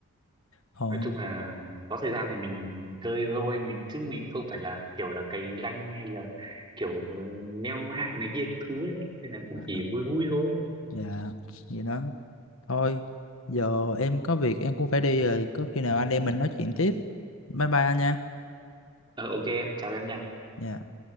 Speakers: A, on the left (about 65°); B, on the right (about 20°).
A: còn
B: nói chung là có thời gian thì mình chơi thôi mình chứ mình không phải là kiểu là cày danh hay là kiểu ờ, leo hạng này kia thứ ấy. nên là
A: dạ
B: cũng chỉ vui vui thôi
A: dạ, vậy đó thôi giờ em có việc em cũng phải đi rồi có khi nào anh em mình nói chuyện tiếp bye bye anh nha
B: ờ ok em chào em nha
A: Dạ.